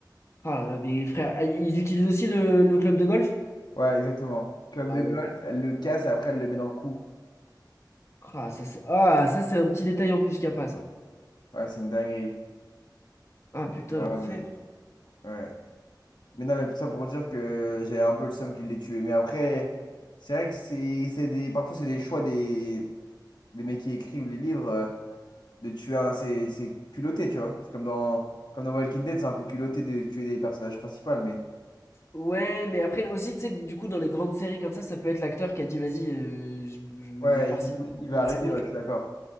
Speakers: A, on the left; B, on the left.
A: Ah là là, mais frère, ah, ils utilisent aussi le, le club de golf?
B: Ouais, exactement. Club
A: Ah
B: de
A: ouais.
B: golf, elle le casse et après, elle le met dans le cou.
A: Ah, ça, c'est ah, ça, c'est un petit détail en plus qu'il n'y a pas, ça.
B: Ouais, c'est une dinguerie.
A: Ah
B: Mais
A: putain,
B: tu verras,
A: l'enfer.
B: mais... Ouais. Mais non, mais tout ça pour dire que j'ai un peu le seum qu'il l'ait tué. Mais après, c'est vrai que c'est c'est des... parfois, c'est des choix des... des mecs qui écrivent les livres euh, de tuer un. C'est c'est culotté, tu vois. C'est comme dans... comme dans Walking Dead, c'est un peu culotté de tuer des personnages principaux. Mais
A: Ouais, mais après aussi, tu sais, du coup, dans les grandes séries comme ça, ça peut être l'acteur qui a dit, vas-y, euh, je, je
B: ouais,
A: vais pas
B: Mm.
A: signer
B: il, voulait-
A: pour
B: il va
A: une nouvelle
B: arrêter,
A: saison,
B: ouais,
A: tu
B: je suis d'accord.